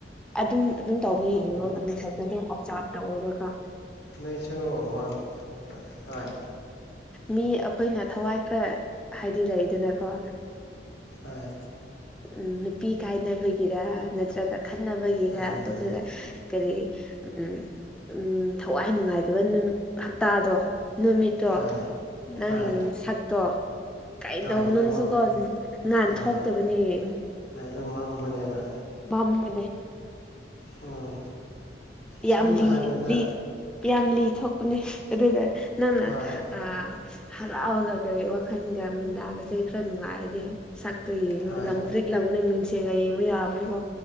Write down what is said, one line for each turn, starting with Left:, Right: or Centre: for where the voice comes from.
Centre: ꯑꯗꯨꯝ ꯑꯗꯨꯝ ꯇꯧꯕꯅꯦ ꯌꯦꯡꯉꯣ ꯃꯇꯥꯟꯇꯥ ꯑꯗꯨꯝ ꯑꯣꯞꯖꯥꯔꯕ ꯇꯧꯑꯣꯕꯥꯀꯣ
Left: ꯅꯣꯏꯁꯨ ꯋꯥꯡꯇ ꯍꯣꯏ
Centre: ꯃꯤ ꯑꯩꯈꯣꯏꯅ ꯊꯋꯥꯏ ꯈꯔ ꯍꯥꯏꯗꯤ ꯂꯩꯗꯅꯀꯣ
Left: ꯍꯣꯏ
Centre: ꯎꯝ ꯅꯨꯄꯤ ꯀꯥꯏꯅꯕꯒꯤꯔ ꯅꯠꯇ꯭ꯔꯒ ꯈꯠꯅꯕꯒꯤꯔ
Left: ꯃꯥꯅꯤ
Centre: ꯑꯗꯨꯗꯨꯗ
Left: ꯃꯥꯅꯤ
Centre: ꯀꯔꯤ ꯎꯝ ꯎꯝ ꯊꯋꯥꯏ ꯅꯨꯡꯉꯥꯏꯇꯕ ꯅꯨ ꯍꯞꯇꯥꯗꯣ ꯅꯨꯃꯤꯠꯇꯣ
Left: ꯍꯣꯏ
Centre: ꯅꯪ
Left: ꯍꯣꯏ
Centre: ꯁꯛꯇꯣ ꯀꯩꯗꯧ
Left: ꯍꯣꯏ ꯑꯗꯨꯝ
Centre: ꯅꯨꯡꯁꯨꯀꯣ
Left: ꯃꯝ
Centre: ꯉꯥꯟ
Left: ꯑꯥ
Centre: ꯊꯣꯛꯇꯕꯅꯦ ꯌꯦꯡꯉꯣ
Left: ꯍꯣꯏ ꯑꯗꯨꯝ ꯃꯝꯕꯅꯦꯕ
Centre: ꯄꯥꯝꯕꯅꯦ
Left: ꯎꯝ
Centre: ꯌꯥꯝ
Left: ꯁꯝꯅ
Centre: ꯂꯤ
Left: ꯍꯥꯏꯔꯕꯗ
Centre: ꯂꯤ ꯌꯥꯝ ꯂꯤ ꯊꯣꯛꯄꯅꯤ ꯑꯗꯨꯒ ꯅꯪꯅ
Left: ꯍꯣꯏ
Centre: ꯑ ꯍꯔꯥꯎꯔꯥꯒ ꯀꯔꯤ ꯋꯥꯈꯜꯒ ꯃꯨꯟꯗꯥꯒꯁꯦ ꯈꯔ ꯅꯨꯡꯉꯥꯏꯔꯗꯤ ꯁꯛꯇꯣ ꯌꯦꯡꯉꯣ
Left: ꯍꯣꯏ
Centre: ꯂꯪ ꯇ꯭ꯔꯤꯛ ꯂꯪꯕꯅꯦ ꯃꯤꯡꯁꯦꯟꯒ ꯌꯦꯡꯕ ꯌꯥꯕꯅꯤꯀꯣ